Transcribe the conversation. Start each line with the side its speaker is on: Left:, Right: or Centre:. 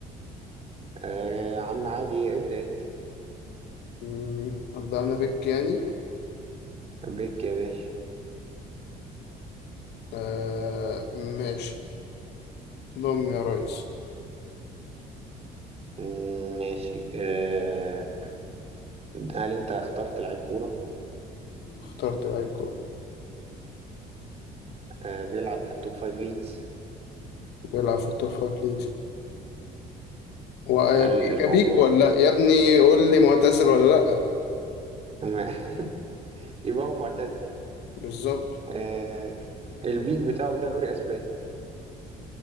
Right: آه يا عم عادي ابدا انت
Left: مم. أبدأ أنا بك يعني
Right: بيك يا باشا
Left: آه ماشي ضمن يا ريس
Right: مم، ماشي آه هل انت اخترت لعيب كورة
Left: اخترت الأيكو
Right: آه، بيلعب في التوب فايف ليجز
Left: بيلعب في التوب فايف ليجز هو أكيكا
Right: هل هو
Left: بيك ولا لأ؟ يا ابني قول لي معتزل ولا لأ؟
Right: م- <laughs> يبقى هو معتزل
Left: بالظبط
Right: آه، البيك بتاعه دوري اسباني